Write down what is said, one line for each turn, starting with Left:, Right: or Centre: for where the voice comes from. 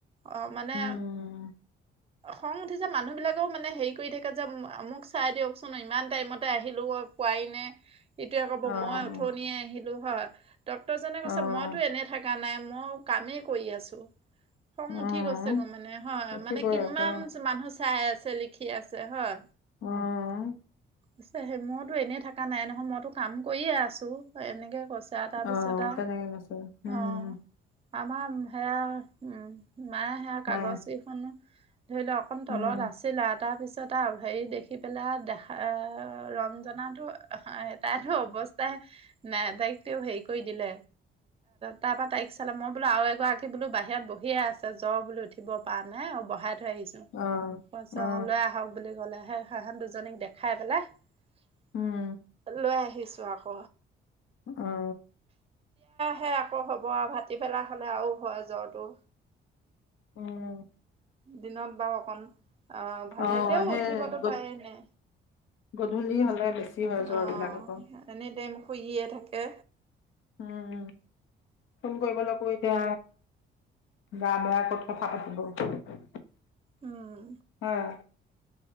Right: অঁ মানে
Left: উম,
Right: খং উঠিছে মানুহ বিলাকেও মানে হেৰি কৰি থাকে যে মোক চাই দিয়কচোন ইমান টাইমতে আহিলো মই পোৱাই নাই ইটোৱে ক'ব
Left: অ',
Right: মই উঠনিয়ে আহি সেইটো হয় ডক্তৰজনে
Left: অ',
Right: কৈছে মইতো এনেই থকা নাই মই কামেই কৰি আছো খং
Left: অ',
Right: উঠি গৈছে গৈ মানে হয়
Left: উঠিবই
Right: মানে হয় ইমান
Left: আকৌ
Right: মানুহ চাই চাই আছে লিখি আছে হয়
Left: উম
Right: পাছে সেই মোৰতো এনেই থকা নাই নহয় মইতো কাম কৰিয়ে আছো এনেকে কৈছে আৰু তাৰপিছত
Left: অহ
Right: আৰু
Left: তেনেকে কৈছে উম
Right: অ আমাৰ সেয়া উম মায়ে সেয়া
Left: মায়ে
Right: কাগজ কেইখনো ধৰি লও অকন তলত
Left: উম
Right: আছিল আও তাৰ পিছত আৰু হেৰি দেখি পেলাই দেখা ৰঞ্জো তাইতো অৱস্থাই নাই তাইক তেওঁ হেৰি কৰি দিলে তাৰ পৰাৰা তাইক চালে মই বোলো আৰু এগৰাকী বোলো বাহিৰত বহিয়ে আছে জ্বৰ বুলি উঠিব পৰা নাই বহাই থৈ আহিছো
Left: অ
Right: তাৰপিছত
Left: অ
Right: লৈ আহক বুলি ক'লে হিহত দুজনীক দেখাই পেলাই
Left: উম
Right: লৈ আহিছো ছো আক
Left: অ
Right: সে আকৌ হ'ব আৰু ভাটি পেলা হলে আৰু হয় জ্বৰটো
Left: উম
Right: দিনত বা অকণ অহ ভালে
Left: অ
Right: তেওঁ
Left: সেই
Right: উঠিবতো
Left: গ
Right: পায়নে
Left: গধূলি হ'লে বেছি হয় জ্বৰ
Right: অ'
Left: বিলাক আকৌ
Right: এনিটাইম শুইয়ে থাকে।
Left: উম, ফোন কৰিবলৈকো এতিয়া গা বেয়া ক'ত কথা পাতিব!
Right: উম
Left: হয়।